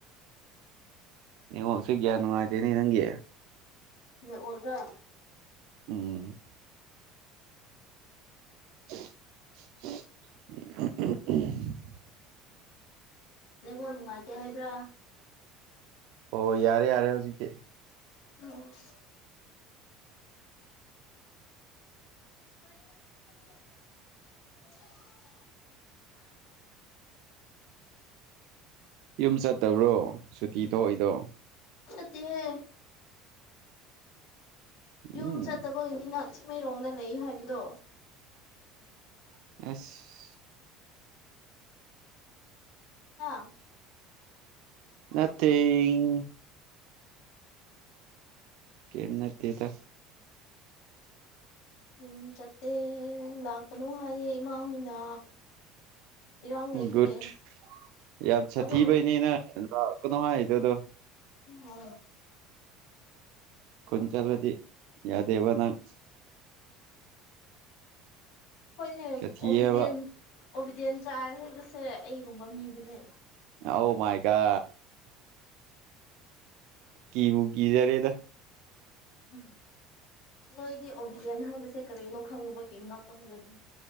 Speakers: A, on the right (about 65°); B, on the left (about 65°).
A: ꯅꯦꯠꯋꯥꯛꯁꯦ ꯀꯌꯥ ꯅꯨꯪꯉꯥꯏꯇꯦꯅꯦ ꯅꯪꯒꯤ
B: <unintelligible> ꯑꯣꯏꯕꯔꯥ
A: ꯎꯝ <unintelligible>
B: ꯅꯦꯠꯋꯥꯛ ꯅꯨꯉꯥꯏ ꯇꯦ ꯍꯥꯏꯕ꯭ꯔꯥ
A: ꯑꯣ ꯌꯥꯔꯦ ꯌꯥꯔꯦ ꯍꯧꯖꯤꯛꯀꯤ
B: <unintelligible> <unintelligible>
A: <inaudible> ꯌꯨꯝ ꯆꯠꯇꯕ꯭ꯔꯣ ꯁꯨꯇꯤ ꯊꯣꯛꯏꯗꯣ
B: ꯆꯠꯇꯤꯌꯦ
A: ꯎꯝ
B: ꯌꯨꯝ ꯆꯠꯇꯕ ꯑꯣꯏꯅꯤꯅ ꯆꯤꯡꯃꯩꯔꯣꯡꯗ ꯂꯩ ꯍꯥꯏꯕꯗꯣ
A: <inaudible>
B: ꯍꯥ
A: ꯅꯠꯇꯦꯡ ꯀꯩꯝ ꯅꯠꯇꯦꯗ
B: ꯌꯨꯝ ꯆꯠꯇꯦ ꯂꯥꯛꯀꯅꯨ ꯍꯥꯏꯌꯦ ꯏꯃꯥ ꯍꯣꯏꯅ ꯏꯔꯥꯡ ꯂꯩꯕꯒꯤ
A: ꯒꯨꯗ ꯌꯥꯝ ꯁꯥꯊꯤꯕꯩꯅꯤꯅ
B: ꯑꯗꯣ
A: ꯂꯥꯛꯀꯅꯣ ꯍꯥꯏꯗꯨꯗꯣ
B: ꯍ
A: ꯈꯨꯜ ꯆꯡꯂꯗꯤ ꯌꯥꯗꯦꯕ ꯅꯪ
B: ꯍꯣꯏꯅꯦ
A: ꯁꯥꯊꯤꯑꯕ
B: ꯑꯣꯕꯤꯗꯦꯟ ꯑꯣꯕꯤꯗꯦꯟ ꯆꯔ ꯍꯥꯏꯕꯁꯦ ꯑꯩꯒꯨꯝꯕ ꯃꯤꯕꯨꯅꯦ
A: ꯑꯧ ꯃꯥꯏꯒ ꯀꯤꯕꯨ ꯀꯤꯖꯔꯦꯗ
B: ꯎꯝ ꯅꯣꯏꯗꯤ ꯑꯣꯕꯤꯗꯦꯟ ꯍꯥꯏꯕꯁꯦ ꯀꯔꯤꯅꯣ ꯈꯪꯗꯕꯒꯤ ꯉꯅꯥꯛꯂꯃꯒꯅꯤ